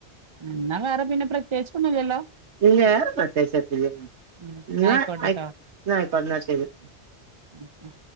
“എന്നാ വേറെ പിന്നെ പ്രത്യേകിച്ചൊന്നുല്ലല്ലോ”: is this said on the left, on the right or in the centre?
Right